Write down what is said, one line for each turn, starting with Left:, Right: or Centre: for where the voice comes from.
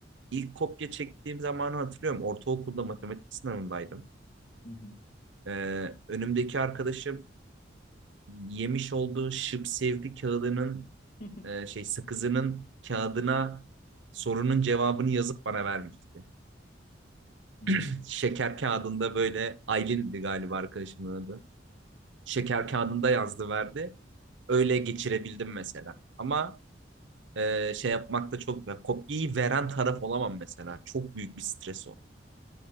Right: İlk kopya çektiğim zamanı hatırlıyorum. Ortaokulda matematik sınavındaydım.
Left: Hı hı.
Right: E, önümdeki arkadaşım yemiş olduğu şıp sevdi kağıdının
Left: <laughs>
Right: e, şey sakızının kağıdına sorunun cevabını yazıp bana vermişti.
Left: Hmm.
Right: <laughs> Şeker kağıdında böyle Aylin'di galiba arkadaşımın adı. Şeker kağıdında yazdı verdi. Öyle geçirebildim mesela. Ama e, şey yapmakta çok ya kopyayı veren taraf olamam mesela. Çok büyük bir stres o.